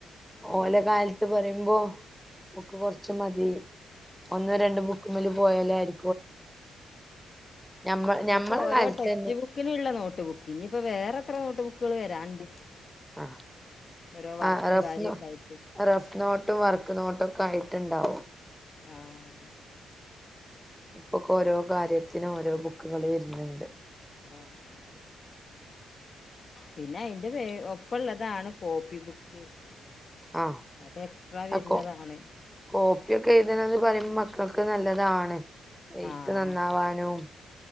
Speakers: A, on the left (about 45°); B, in the centre.
A: ഉം
B: ഓല കാലത്ത്പറയുമ്പോ ഒക്കെ കൊറച്ചുമതി ഒന്നുരണ്ട് ബുക്കമേലേ പോയാലേ ആരി ഞമ്മ
A: ഇതിപ്പോരോ
B: ഞമ്മളെ കാലത്ത്
A: ടെക്സ്റ്റ്
B: തന്നെ
A: ബുക്കിനുള്ള നോട്ട് ബുക്ക്, ഇനിയിപ്പോ വേറെ എത്ര നോട്ടുബുക്കുകൾ വരാണ്ട്.
B: അ..
A: ഓരോ വർക്കും
B: ആ.. റഫ്നോ
A: കാര്യൊക്കെ ആയിട്ട്
B: റഫ് നോട്ടും വർക്ക്നോട്ടും ഒക്കെ ആയിട്ടുണ്ടാവും.
A: ആഹ്
B: ഇപ്പൊഒക്കെ ഓരോ കാര്യത്തിനും ഓരോ ബുക്കുകൾ വരുന്നുണ്ട്
A: ആ... ആതെ പിന്നെ അയിന്റെ വേ.. ഒപ്പമുള്ളതാണ് കോപ്പി ബുക്ക്.
B: ആഹ്
A: അതൊക്കെ എക്സ്ട്രാ വരുന്നതാണ്
B: ആ കോ കോപ്പിയൊക്കെ എഴുതണന്ന് പറയുമ്പോ മക്കൾക്ക് നല്ല താണ്. എഴ്ത്ത്
A: ആഹ്
B: നന്നാവാനും